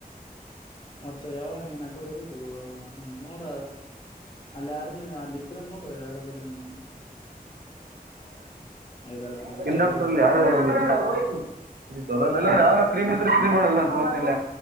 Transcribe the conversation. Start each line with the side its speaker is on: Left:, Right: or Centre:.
Left: ಮತ್ತೆ ಯಾವಗ ನೀನ್ ಅಕಡೆ ಹೋಗ ನೋಡ ಅಲ್ಲಿ ಯಾರ ನೀ ಅಲ್ಲ ಇದ್ರ ನೋಡ ಯಾರ ಬಲ್ಲೆನು ಇದಾರೆ ಆ ಕಡೆ
Right: ಸ್ಕಿನ್
Left: ಚಲೋ
Right: ಡಾಕ್ಟರ್ಲ್ಲಿ
Left: ಇರ್ತಾರ
Right: ಯಾರು
Left: ಆ ಕಡೆ
Right: ಇಲ್ದೆ ಇದ್ರೆ ಯಾವನ ಕ್ರೀಮ್ ಇದ್ರೆ ಮಾಡಲ್ಲ ಅಂತ ತಗೊಂತಿಲ್ಲ